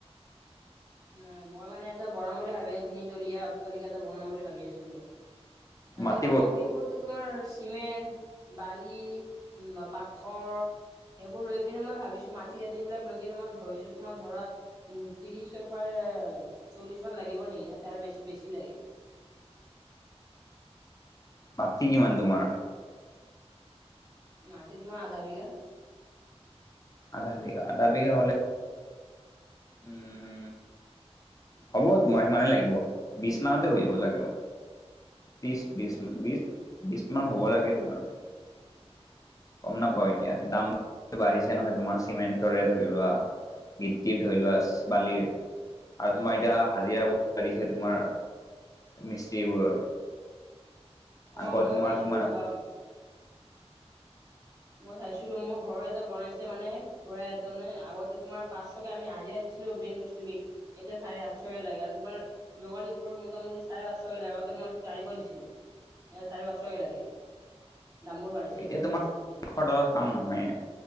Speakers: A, on the right (about 35°); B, on the left (about 30°).
A: নাই মই মানে এটা বনাম বুলি ভাবি, তিনি তলীয়া অতটালিকা এটা বনাম বুলি ভাবি আছিলোঁ। ততে
B: মাটি
A: সামগ্ৰী
B: ক
A: বোৰ এইটো তোমাৰ চিমেণ্ট, বালি, উম পাথৰ সেইবোৰ লৈ কিনে মই ভাবিছোঁ মাটি চাতি বিলাক লৈ কিনে মই ধৰিছোঁ তোমাৰ ধৰা উম ত্ৰিশ হেটো পাৰে চল্লিশ মান লাগিব নেকি নে তাৰ বেছ বেছি লাগে?
B: মাটি কিমান তোমাৰ?
A: মতি তোমাৰ আধা বিঘা।
B: আধা বিঘা? আধা বিঘা হ'লে, উম
A: <inaudible>
B: হ'ব তোমাৰ সিমানেই লাগিব। বিছ মানতে হৈ যাব লাগে, আউ তিছ তিছ বিশ বিশ মান হ'ব লাগে তোমাৰ। গম নাপাও এতিয়া, দাম পিছে নহয় তোমাৰ চিমেণ্টৰে ধৰি লোৱা, গিত্তিত ধৰি লোৱা, বালিৰ আৰু তোমাৰ এতিয়া হাজিৰা বহুত বাঢ়িছে তোমাৰ মিস্ত্ৰীবোৰৰ।
A: অ
B: আগৰ
A: মই
B: তোমাৰ
A: চাইছিলো
B: কিমান
A: ৰবা
B: আছিল?
A: মই চাইছিলোঁ মোৰ ঘৰ এটা বনাইছে মানে খুৰা এজনে, আগতে তোমাৰ পাঁচ আম হাজিৰা দিছিলোঁ মেইন মিষ্টাৰিক। তেতিয়া চাৰে আঠশকে লাগে আৰু তোমাৰ জোগালী বোৰৰ মোটামুটি চাৰে পাঁচশ কে লাগে আগতে মই চাৰিশ দিছিলোঁ। এ চাৰে পাঁচশকে লাগে। দাম বোৰ বাঢ়িছে
B: এতিয়া
A: বহুত
B: তোমাৰ
A: বাঢ়িছে এতিয়া দামটো।
B: এশৰ তলত কাম নহয়।